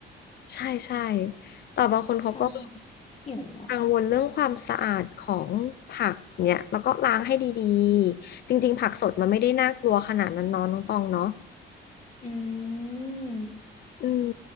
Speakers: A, on the left; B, on the left.
A: ใช่ใช่แต่บางคนเขาก็
B: ใช่หิวอ่ะ
A: กังวลเรื่องความสะอาดของผักเนี่ยแล้วก็ล้างให้ดีๆจริงๆผักสดมันไม่ได้น่ากลัวขนาดนั้นเน้องน้องตองเนาะ
B: อืม
A: อืม